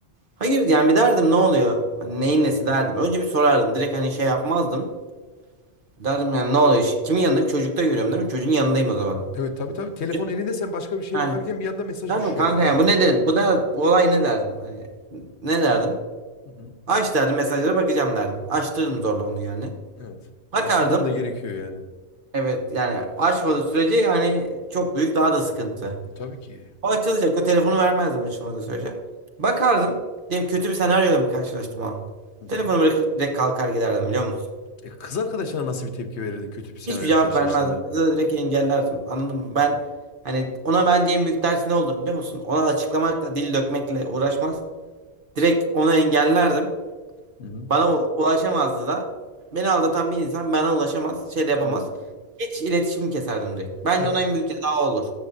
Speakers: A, on the right; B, on the left.
A: Hayır yani bir derdim ne oluyor? Hani
B: Evet.
A: neyin nesi derdim. Önce bir sorardım. Direkt hani şey yapmazdım. Derdim yani ne oluyor? Şi- Kimin yanındayım? Çocukta görüyorum değil mi? Çocuğun yanındayım o zaman.
B: Evet tabii tabii. Telefon
A: Ç-
B: elinde sen başka bir şeye
A: He.
B: bakarken bir anda mesaj
A: Derdim
B: düşüyor
A: kanka
B: bildirim.
A: ya bu ne de bu da bu olay ne derdim? Hani ne derdim?
B: Hı hı.
A: Aç derdim mesajlara bakacağım derdim. Açtırdım zorla onu yani.
B: Evet.
A: Bakardım.
B: Açtırman da gerekiyor yani.
A: Evet yani açmadığı sürece yani çok büyük daha da sıkıntı.
B: Tabii ki.
A: O açılacak. O telefonu vermezdim açılmadığı sürece. Bakardım. Diyelim kötü bir senaryoyla mı karşılaştım o an?
B: Hı hı.
A: Telefonu bırakıp direkt kalkar giderdim biliyor musun?
B: E, kız arkadaşına nasıl bir tepki verirdin kötü bir senaryo
A: Hiçbir cevap
B: karşılaştığında?
A: vermezdim. Kızı da direkt engellerdim. Anladın mı? Ben hani ona bence en büyük ders ne olur biliyor musun? Ona açıklamakla, dil dökmekle uğraşmaz. Direkt onu engellerdim.
B: Hı hı.
A: Bana u- ulaşamazdı da. Beni aldatan bir insan bana ulaşamaz, şey de yapamaz.
B: Evet.
A: Hiç iletişimi keserdim direkt. Bence
B: Ya
A: ona en büyük ceza o olur.